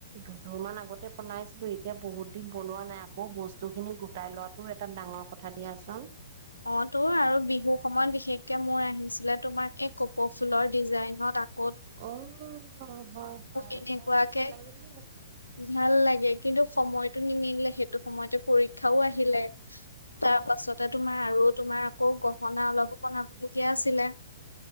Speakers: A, on the right; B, on the left.
A: দুযোৰ মান আগতে বনাইছিলোই এতিয়া, বহুত দিন বনোৱা নাই আকৌ বস্তু বস্তুখিনি গোটাই লোৱাটো এটা ডাঙৰ কথা দিয়াচোন।
B: অ' তো আৰু বিহু সময়ত বিশেষকে মোৰ আহিছিলে তোমাৰ এই কপৌফুলৰ ডিজাইনত আ
A: অহ', -হয়-হয়
B: এনেকুৱাকে
A: বৰ ধুনীয়া লাগি,
B: ভাল লাগে কিন্তু সময়টো নিমিলে সেইটো সময়তে পৰীক্ষাও আহিলে তাৰপাছতে তোমাৰ আৰু তোমাৰ আকৌ গহনা অলপো বনাবলগীয়া আছিলে